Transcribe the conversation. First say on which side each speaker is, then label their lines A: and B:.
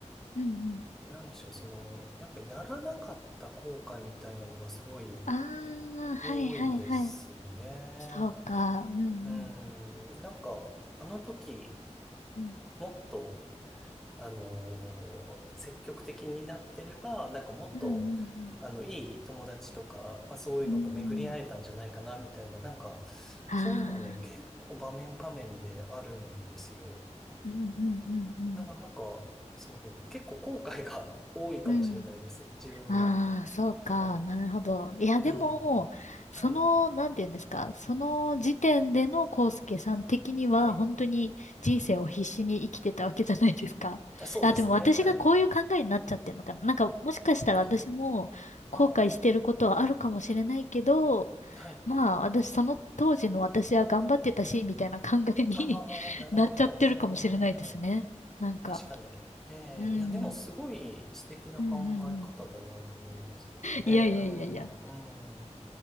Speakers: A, on the left; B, in the centre.
A: うんうん。
B: なんでしょう、その、やっぱやらなかった後悔みたいなのがすごい
A: ああ、はいはいはい。
B: 多いですね。
A: そうか。うんうん。
B: うん、なんか、あの時、
A: うん。
B: もっと、あのー積極的になってれば、なんかもっと、
A: うんうんうん
B: あの、いい友達とか、まあそういうのと巡り会えたんじゃないかな、
A: うん。
B: みたいな、なんか、
A: ああ、
B: そういうのはね、結構場面場面であるんですよ。
A: うん、うん、うん、
B: なんか、なんか、そう、結構後悔が <laughs> 多いかもしれないです、
A: うん。うん。
B: 自分は。
A: ああ、そうか。
B: はい。
A: なるほど。いや、でも、
B: うん。はい。
A: その、なんていうんですか。その時点でのコウスケさん的には、
B: はい。
A: 本当に人生を必死に生きてたわけじゃないですか。
B: あそうですね。
A: <laughs> あ、でも私がこういう考えになっちゃってるのかな。
B: はい。
A: なんか、もしかしたら私も後悔してることはあるかもしれないけど、
B: はい。ああ。はい。
A: まあ、私、その当時の私は頑張ってたし、みたいな考えに
B: ああ、
A: <laughs>
B: なるほど。
A: なっちゃってるかもしれないですね。
B: うんうんうんうん
A: なんか。
B: 確かに。ええ、
A: うん。
B: いや、でもすごい素敵な考え方だなと思いますけどね。
A: うんうんうん。いやいやいやいや。
B: うん、うん。